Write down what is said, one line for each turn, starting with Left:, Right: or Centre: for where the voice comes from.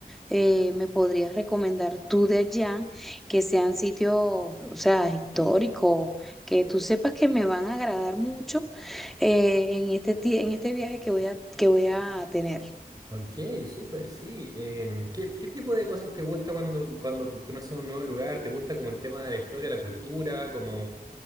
Centre: eh, me podrías recomendar tú de allá, que sean sitios, o sea, históricos, que tú sepas que me van a agradar mucho eh, en este, ti- en este viaje que voy a, que voy a tener.
Right: Ok, súper, sí. Em, ¿qué, qué tipo de cosas te gusta cuando, cuando conoces un nuevo lugar? ¿Te gusta como el tema de la historia, la cultura, como